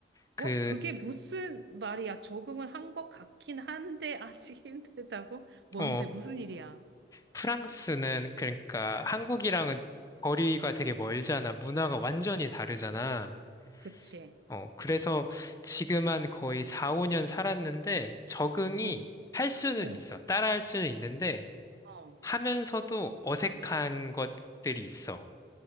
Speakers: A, on the left; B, on the right.
A: 그,
B: 어, 그게 무슨 말이야? 적응을 한 것 같긴 한데 아직 <laughs> 힘들다고? 뭔데?
A: 어,
B: 무슨 일이야?
A: 프랑스는, 그러니까 한국이랑은 거리가 되게 멀잖아. 문화가 완전히 다르잖아.
B: 그치?
A: 어, 그래서 지금 한 거의 4, 5년 살았는데, 적응이
B: 응,
A: 할 수는
B: 응,
A: 있어. 따라 할 수는 있는데,
B: 어.
A: 하면서도 어색한 것들이 있어.